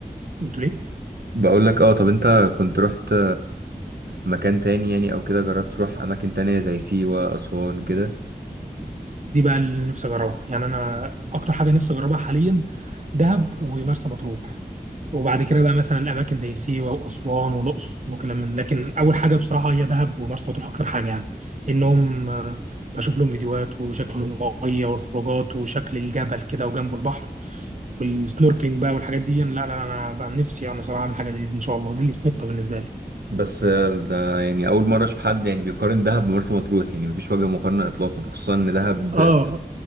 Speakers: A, on the right; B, on the right.
A: قلت ليه
B: بقول لك اه طب انت كنت رحت مكان تاني يعني او كده جربت تروح اماكن تانية زي سيوه اسوان كده
A: دي بقى اللي نفسي اجربها يعني انا اكتر حاجه نفسي اجربها حاليا دهب ومرسى مطروح وبعد كده بقى مثلا الاماكن زي سيوه واسوان والاقصر وكلام من لكن اول حاجه بصراحه هي دهب ومرسى مطروح اكتر حاجه يعني انهم آه، بشوف لهم فيديوهات وشكل الميه والخروجات وشكل الجبل كده وجنبه البحر والسنوركلينج بقى والحاجات دي لا لا لا، انا بقى نفسي يعني بصراحه اعمل حاجه زي دي ان شاء الله دي الخطه بالنسبه لي
B: بس آه، ده يعني اول مره اشوف حد يعني بيقارن دهب بمرسى مطروح يعني مفيش وجه مقارنه اطلاقا خصوصا ان دهب
A: اه
B: آه،